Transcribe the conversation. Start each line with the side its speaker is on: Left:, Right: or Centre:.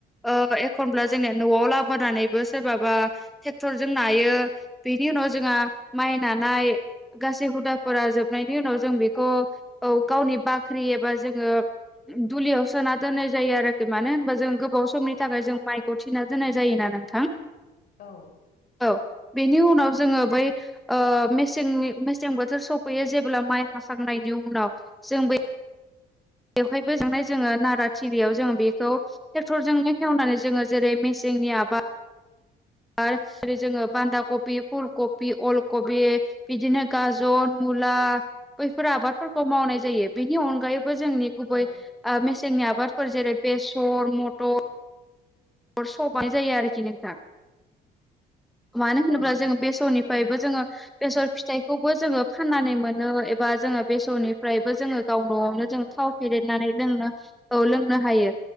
Centre: ओ एखनब्ला जोंनिया न'आव ला बोनानैबो सोरबाबा ट्रेक्टरजों नायो बेनि उनाव जोंआ माइ नानाय गासै हुदाफोरा जोबनायनि उनाव जों बेखौ औ गावनि बाख्रि एबा जोङो दुलियाव सोना दोननाय जायो आरोखि मानो होनबा जों गोबाव समनि थाखाय जों माइखौ थिना दोननाय जायोना नोंथां।
Left: औ
Centre: औ बेनि उनाव जोङो बै ओ मेसेंनि मेसें बोथोर सफैयो जेब्ला माइ हाखांनायनि उनाव जों बै बेवहायबो जानाय जोङो नारा थिलियाव जोङो बेखौ ट्रेक्टरजोंनो हेवनानै जोङो जेरै मेसि जोंनि आबा आर जेरै जोङो बान्दा कफि फुल कफि अल कफि बिदिनो गाजर मुला बैफोर आबादफोरखौ मावनाय जायो बेनि अनगायै बो जोंनि
Left: औ
Centre: गुबै मेसेंनि आबादफोर जेरै बेसर मथ र सबाय जायो आरोखि नोंथां। मानो होनोब्ला
Left: औ
Centre: जोङो बेसरनिफ्रायबो
Left: थारैनो
Centre: जोङो बेसर फिथाइखौबो जोङो फाननानै मोनो एबा जोङो बेसरनिफ्राय बो जोङो गाव न'आवनो
Left: जानोबो
Centre: जोङो
Left: हायो
Centre: थाव फेदेरनानै लोंनो औ लोंनो हायो।